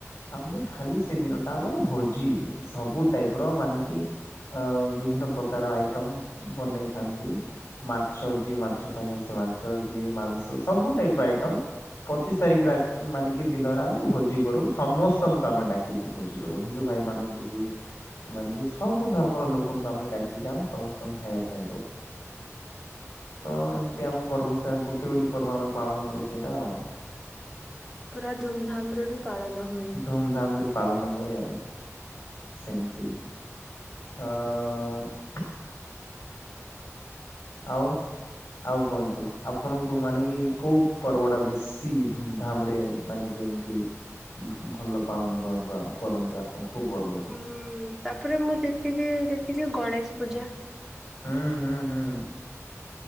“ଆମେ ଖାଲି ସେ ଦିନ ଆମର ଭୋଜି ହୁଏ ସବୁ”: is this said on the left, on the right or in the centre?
Left